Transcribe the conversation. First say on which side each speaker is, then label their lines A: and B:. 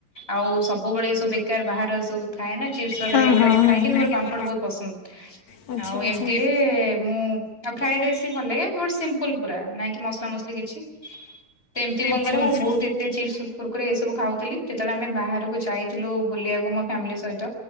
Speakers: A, on the left; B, on the left.
A: ଆଉ ସବୁବେଳେ ତ ବେକାର ବାହାର ସବୁ ଥାଏ ନା ଚିପ୍ସ ବଗେରା
B: ହଁ
A: ଏଉଡା
B: ହଁ
A: ସବୁ
B: ହଁ
A: ଖାଏ କିନ୍ତୁ
B: ହଁ
A: ମୋର
B: ଆଚ୍ଛା ଆଚ୍ଛା।
A: ପାମ୍ପଡ ବୋହୁତ ପସନ୍ଦ।
B: ହୁଁ
A: ଆଉ
B: ହଁ ଆଚ୍ଛା
A: ଏମିତିରେ ମୁଁ ଆଉ ଫ୍ରାଏ ରାଇସି ବି ଭଲ ଲାଗେ ବଟ ସିମ୍ପୁଲ ପୁରା। ନାଇଁ କି ମସଲା ମସଲି କି ଛି ତେ ଏମିତି କଣ
B: ଆଚ୍ଛା
A: କରେ ମୁଁ
B: ଆଚ୍ଛା।
A: ବୋହୁତ ଏତେ ଚିପ୍ସ କୁରକୁରି ଏ ସବୁ ଖାଉଥିଲି। ଯେତେବେଳେ ଆମେ ବାହାରକୁ ଯାଇଥିଲୁ ବୁଲିଆକୁ ମୋ ଫ୍ୟାମିଲି ସହିତ